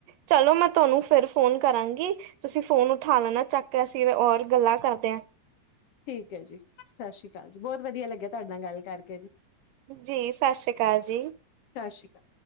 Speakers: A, on the right; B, on the left.
A: ਚਲੋ ਮੈਂ ਤੁਹਾਨੂੰ ਫਿਰ ਫੋਨ ਕਰਾਂਗੀ। ਤੁਸੀਂ ਫੋਨ ਉਠਾ ਲੈਣਾ ਚੱਕ ਅਸੀਂ ਔਰ ਗੱਲਾਂ ਕਰਦੇ ਹਾਂ।
B: ਠੀਕ ਹੈ ਜੀ। ਸਤਿ ਸ੍ਰੀ ਅਕਾਲ ਜੀ, ਬਹੁਤ ਵਧੀਆ ਲੱਗਿਆ ਤੁਹਾਡੇ ਨਾਲ ਗੱਲ ਕਰਕੇ ਜੀ।
A: ਜੀ ਸਤਿ ਸ੍ਰੀ ਅਕਾਲ ਜੀ
B: ਸਤਿ ਸ੍ਰੀ ਅਕਾਲ।